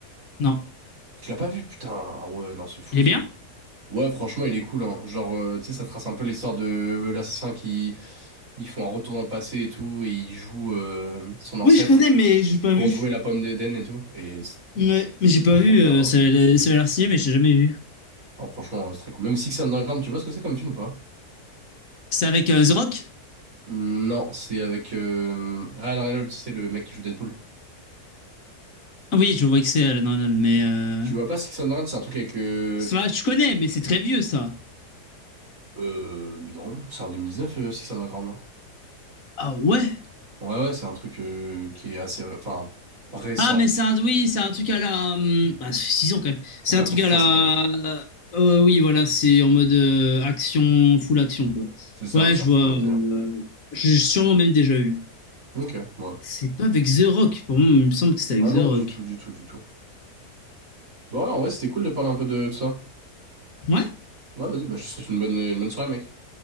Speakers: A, on the left; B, on the right.
A: Non.
B: Tu l'as pas vu, putain, ah ouais, non, c'est fou,
A: Il
B: ça.
A: est bien?
B: Ouais, franchement, il est cool, hein. Genre, euh, tu sais, ça trace un peu l'histoire de euh, l'assassin qui... Ils font un retour dans le passé et tout, et il joue euh, son ancêtre
A: Oui, je connais, mais j'ai pas
B: pour
A: vu.
B: retrouver la pomme d'Éden et tout. Et c'est
A: Mais, mais j'ai pas
B: trop
A: vu,
B: bien,
A: euh,
B: hein.
A: ça avait ça avait l'air stylé, mais j'ai jamais vu.
B: Ah, franchement, euh, c'est très cool. Même Six Underground, tu vois ce que c'est comme film ou pas?
A: C'est avec euh, The Rock?
B: Hmm, Non, c'est avec euh, Ryan Reynolds, c'est le mec qui joue Deadpool.
A: Ah oui, je vois que c'est Alan Arnold, mais... Euh...
B: Tu vois pas Six Underground, c'est un truc avec... Euh,
A: Ça, je connais, mais c'est très vieux, ça.
B: euh, non, c'est en 2019, euh, Six Underground.
A: Ah ouais?
B: Ouais, ouais, c'est un truc euh, qui est assez... ré- Enfin, récent.
A: Ah, mais c'est un... Oui, c'est un truc à la... hum, Bah, ça fait 6 ans, quand même.
B: Ça
A: C'est
B: fait
A: un
B: un
A: truc
B: peu Fast
A: à la...
B: and Furious.
A: euh, oui, voilà, c'est en mode euh, action, full action, quoi.
B: C'est ça,
A: Ouais,
B: ouais, c'est
A: je
B: un peu
A: vois.
B: dans
A: euh,
B: ce délire.
A: J'ai sûrement même déjà vu.
B: Ok, ouais.
A: C'est pas avec The Rock. Pour moi, il me semble que c'était
B: Ah
A: avec
B: non,
A: The Rock.
B: du tout, du tout, du tout. Bon, ouais, en vrai, c'était cool de parler un peu de, de ça.
A: Ouais?
B: Ouais, vas-y, bah, je te souhaite une bonne, une bonne soirée, mec.